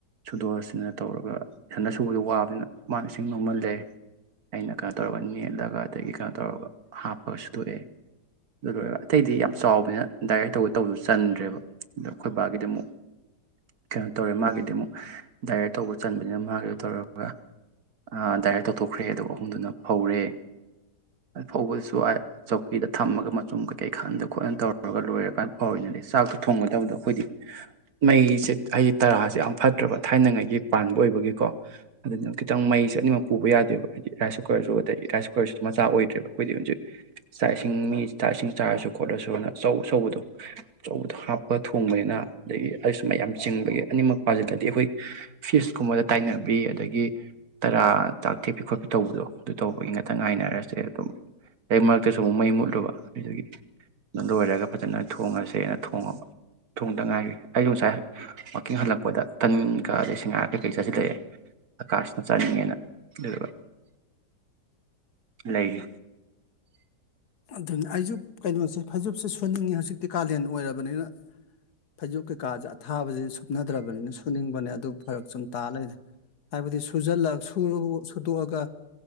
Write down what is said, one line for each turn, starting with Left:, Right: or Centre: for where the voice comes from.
Right: ꯁꯨꯗꯣꯛꯑꯁꯤꯅ ꯇꯧꯔꯒ ꯏꯊꯟꯗ ꯁꯨꯕꯗꯨ ꯋꯥꯕꯅꯤꯅ ꯃꯥꯅ ꯏꯁꯤꯡ ꯅꯣꯝꯃꯜꯂꯦ ꯑꯩꯅ ꯀꯩꯅꯣ ꯇꯧꯔꯒ ꯅꯦꯠꯂꯒ ꯑꯗꯒꯤ ꯀꯩꯅꯣ ꯇꯧꯔꯒ ꯍꯥꯞꯄꯒ ꯁꯨꯊꯣꯛꯑꯦ ꯑꯗꯨ ꯂꯣꯏꯔ ꯑꯇꯩꯗꯤ ꯌꯥꯝ ꯆꯥꯎꯕꯅꯤꯅ ꯗꯥꯏꯋ꯭ꯔ ꯇꯧꯒꯦ ꯇꯧꯕꯗꯨ ꯆꯟꯗ꯭ꯔꯦꯕ ꯑꯗ ꯑꯩꯈꯣꯏ ꯕꯥꯒꯤꯗꯤ ꯑꯃꯨꯛ ꯀꯩꯅꯣ ꯇꯧꯔꯦ ꯃꯥꯒꯤꯗꯤ ꯑꯃꯨꯛ ꯗꯥꯏꯋ꯭ꯔ ꯇꯧꯕ ꯆꯟꯕꯅꯤꯅ ꯃꯥꯒꯤꯗ ꯇꯧꯔꯒ ꯑ ꯗꯥꯏꯋ꯭ꯔ ꯇꯧꯊꯣꯛꯈ꯭ꯔꯦ ꯑꯗꯨꯒ ꯑꯍꯨꯝꯗꯨꯅ ꯐꯧꯔꯦ ꯐꯧꯕꯗꯁꯨ ꯑꯥꯏ ꯆꯧꯀꯔꯤꯗ ꯊꯝꯃꯒ ꯃꯆꯨꯝ ꯀꯩꯀꯩ ꯈꯪꯗ ꯈꯣꯠꯅ ꯇꯧꯔꯒ ꯂꯣꯏꯔꯀꯥꯟꯗ ꯐꯥꯎꯔꯤꯅꯦ ꯂꯩꯁꯦ ꯆꯥꯛꯇꯣ ꯊꯣꯡꯒꯗꯕꯗꯣ ꯑꯩꯈꯣꯏꯗꯤ ꯃꯩꯁꯦ ꯑꯩꯒ ꯇꯔꯥꯁꯦ ꯌꯥꯝ ꯐꯠꯇ꯭ꯔꯕ ꯊꯥꯏꯅꯉꯥꯏꯒꯤ ꯄꯥꯟꯕ ꯑꯣꯏꯕꯒꯤꯀꯣ ꯑꯗꯨꯅ ꯈꯤꯇꯪ ꯃꯩꯁꯦ ꯑꯅꯤꯃꯛ ꯄꯨꯕ ꯌꯥꯗꯦꯕ ꯍꯥꯏꯗꯤ ꯔꯥꯏꯁ ꯀꯨꯀꯔꯁꯨ ꯑꯗꯒꯤ ꯔꯥꯏꯁ ꯀꯨꯀꯔꯁꯨ ꯃꯆꯥ ꯑꯣꯏꯗ꯭ꯔꯦꯕ ꯑꯩꯈꯣꯏꯗꯤ ꯍꯧꯖꯤꯛ ꯆꯥꯛ ꯏꯁꯤꯡ ꯃꯤ ꯆꯥꯛ ꯏꯁꯤꯡ ꯆꯥꯔꯁꯨ ꯈꯣꯠꯂꯁꯨꯅ ꯑꯆꯧ ꯑꯆꯧꯕꯗꯣ ꯑꯆꯧꯕꯗꯣ ꯍꯥꯞꯄ ꯊꯣꯡꯕꯅꯤꯅ ꯑꯗꯒꯤ ꯑꯁ ꯁꯨꯃꯥꯏ ꯌꯥꯝ ꯆꯤꯡꯕꯒꯤ ꯑꯅꯤꯃꯛ ꯄꯥꯖꯤꯜꯂꯗꯤ ꯑꯩꯈꯣꯏ ꯐꯤꯁꯀꯨꯝꯕꯗ ꯇꯥꯏꯅꯕꯤ ꯑꯗꯒꯤ ꯇꯔꯥ ꯆꯥꯛ ꯊꯦꯛꯄꯤ ꯈꯣꯠꯄꯤ ꯇꯧꯕꯗꯣ ꯑꯗꯨ ꯇꯧꯕꯒꯤ ꯉꯥꯛꯇꯪ ꯉꯥꯏꯅꯔꯁꯦ ꯑꯗꯨꯝ ꯑꯗꯩ ꯃꯔꯛꯇꯁꯨ ꯑꯃꯨꯛ ꯃꯩ ꯃꯨꯠꯂꯨꯕ ꯑꯗꯨꯗꯨꯒꯤ ꯑ ꯂꯣꯏꯔꯒ ꯐꯖꯅ ꯊꯣꯡꯉꯁꯦꯅ ꯊꯣꯡꯉꯕ ꯊꯣꯡꯗ ꯉꯥꯏꯔꯤ ꯑꯩꯁꯨ ꯉꯁꯥꯏ ꯋꯥꯛꯀꯤꯡ ꯍꯜꯂꯛꯄꯗ ꯇꯟꯒ ꯑꯗꯩ ꯁꯤꯡꯍꯥꯔ ꯀꯩꯀꯩ ꯆꯥꯁꯤꯜꯂꯛꯑꯦ ꯑꯀꯥꯁꯅ ꯆꯥꯅꯤꯡꯉꯦꯅ ꯑꯗꯨꯒ ꯂꯩꯔꯤ
Left: ꯑꯗꯨꯅ ꯑꯩꯁꯨ ꯀꯩꯅꯣꯁꯦ ꯐꯩꯖꯨꯞꯁꯦ ꯁꯨꯅꯤꯡꯉꯤ ꯍꯧꯖꯤꯛꯇꯤ ꯀꯥꯂꯦꯟ ꯑꯣꯏꯔꯕꯅꯤꯅ ꯐꯩꯖꯨꯞ ꯀꯩꯀꯥꯁꯦ ꯑꯊꯥꯕꯖꯦ ꯁꯨꯞꯅꯗ꯭ꯔꯕꯅꯤꯅ ꯁꯨꯅꯤꯡꯕꯅꯦ ꯑꯗꯨ ꯐꯔꯛ ꯁꯨꯝ ꯇꯥ ꯂꯩꯔꯦ ꯍꯥꯏꯕꯗꯤ ꯁꯨꯖꯜꯂ ꯁꯨ ꯁꯨꯗꯣꯛꯑꯒ